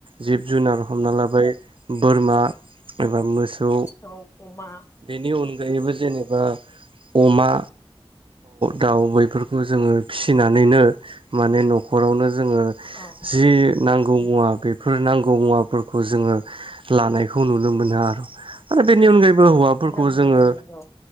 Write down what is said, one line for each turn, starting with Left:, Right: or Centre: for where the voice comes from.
Right: जिब जुनार हमना लाबाय बोरमा, एबा मोसौ
Left: औ अमा
Right: बेनि अनगायैबो,, जेनेबा अमा दाउ बैफोरखौ जोङो फिसि,, फिसिनानैनो माने न'खरावनो जोङो
Left: औ
Right: जि नांगौ मुवा बे फोर नांगौ मुवाफोरखौ जोङो लानायखौ नुनो मोनो आरो आरो बेनि अनगायैबो हौवाफोरखौ
Left: नंगौ
Right: जोङो
Left: नंगौ